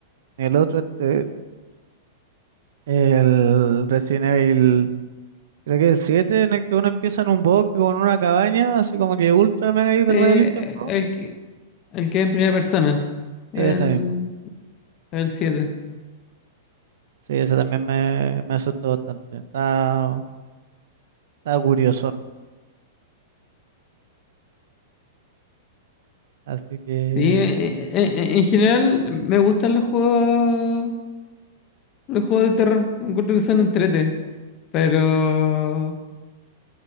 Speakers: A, on the right; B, on the left.
A: ni el otro, este, el Resident Evil. Creo que el 7 en el que uno empieza en un bosque con una cabaña, así como que ultra mega hiper
B: Sí, eh,
A: realista el juego.
B: el que, el que es en primera persona. El,
A: Y ese mismo.
B: el siete
A: Sí, ese también me, me asustó bastante. Está, está curiosón. Así que,
B: Sí, eh, eh, eh, en general me gustan los juegos, los juegos de terror. Encuentro que son entrete. Pero